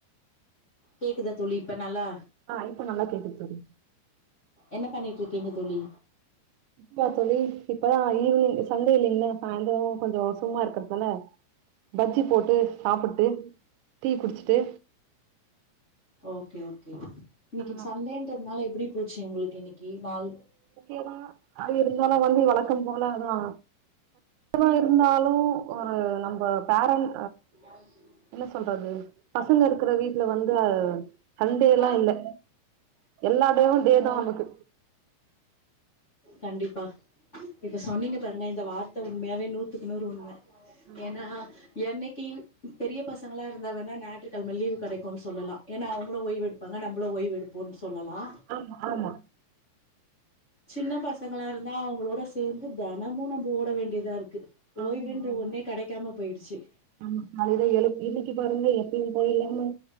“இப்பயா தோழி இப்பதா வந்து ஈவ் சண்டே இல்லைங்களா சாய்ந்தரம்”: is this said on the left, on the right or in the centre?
Right